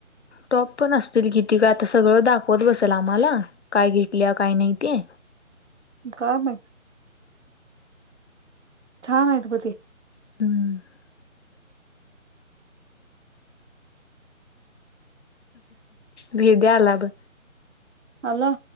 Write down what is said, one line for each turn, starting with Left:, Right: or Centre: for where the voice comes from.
Left: टॉप पण असतील किती काय? आता सगळं दाखवत बसेल आम्हाला काय? घेतल्या काय नाही. माहिती
Right: काम आहेत. छान आहेत ग ते.
Left: हं! भिद्या आला बघ
Right: आला.